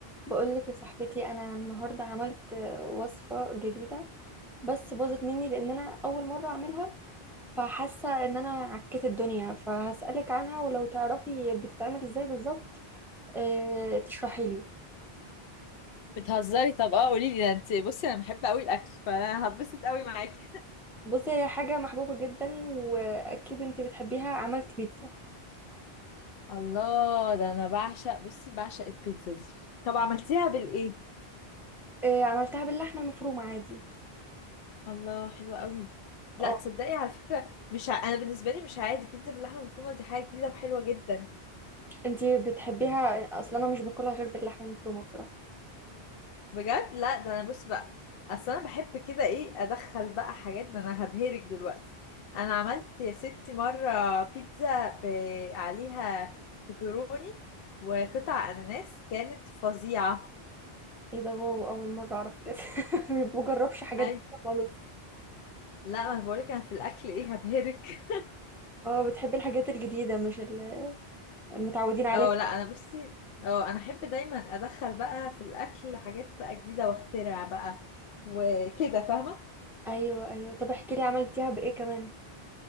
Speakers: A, in the centre; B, on the left (about 70°).
A: بقولك يا صاحبتي انا النهارده عملت وصفه جديده بس باظت مني لان انا اول مره اعملها فحاسه ان انا عكيت الدنيا فهسالك عنها ولو تعرفي بتتعمل ازاي بالظبط أه تشرحي لي
B: بتهزري طب اه قولي لي ده انت بصي انا بحب قوي الاكل فانا هتبسط قوي معاكي
A: بصي هي حاجه محبوبه جدا واكيد انت بتحبيها عملت بيتزا
B: الله ده انا بعشق بصي بعشق البيتزا دي طب عملتيها بالايه
A: أه عملتها باللحمه المفرومه عادي
B: الله حلوة قوي لا
A: اه
B: تصدقي على فكره مش ع... انا بالنسبه لي مش عادي بيتزا باللحمه المفرومه دي حاجه جديده وحلوه جدا
A: انت بتحبيها اصلا انا مش باكلها غير باللحمه المفرومه بصراحه
B: بجد لا ده انا بصي بقى اصل انا بحب كده ايه ادخل بقى حاجات ده انا هبهرك دلوقتي انا عملت يا ستي مره بيتزا ب... عليها بيبروني وقطع اناناس كانت فظيعه
A: ايه ده واو اول مره اعرف كده <laughs> ما بجربش حاجات
B: اي
A: جديدة خالص
B: لا ما انا بقولك انا في الاكل ايه هبهرك
A: اه بتحبي الحاجات الجديدة مش ال- المتعودين عليها
B: اه لا انا بصي اه انا احب دايما ادخل بقى في الاكل حاجات بقى جديده واخترع بقى وكده فاهمه
A: ايوه ايوه طب احكي لي عملتيها بايه كمان